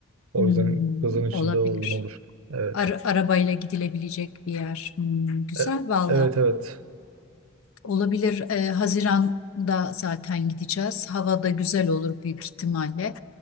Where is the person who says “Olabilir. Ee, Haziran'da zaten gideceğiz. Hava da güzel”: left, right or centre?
Left